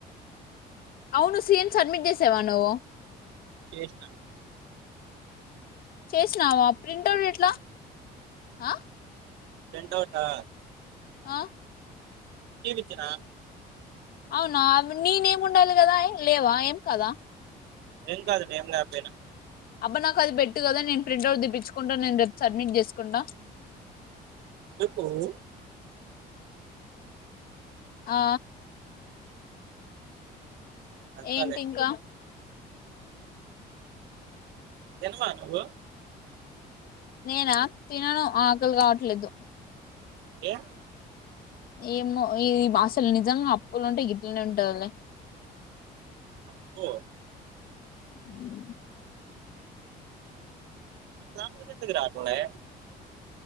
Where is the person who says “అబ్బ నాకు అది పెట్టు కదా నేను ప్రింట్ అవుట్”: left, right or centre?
Left